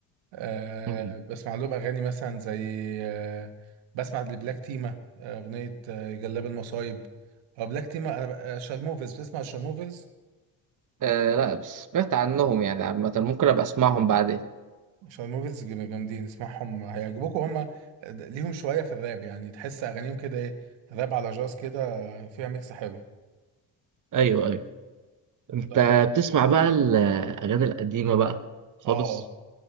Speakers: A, on the right; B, on the right.
A: آه
B: كده
A: بسمع لهم اغاني مثلا زي آه بسمع لبلاك تيما آه، اغنيه آه جلاب المصايب أو بلاك تيما انا ب- آه، شارموفرز بتسمع شارموفرز
B: آه لا بس سمعت عنهم يعني عامة ممكن أبقى أسمعهم بعدين
A: عشان الموفيز جم- جامدين اسمعهم هيعجبوكوا هم ليهم شوية في الراب يعني تحس أغانيهم كده إيه راب على جاز كده فيها ميكس حلو
B: ايوه ايوه انت
A: طيب
B: بتسمع بقى الاغاني القديمه بقى خالص
A: اه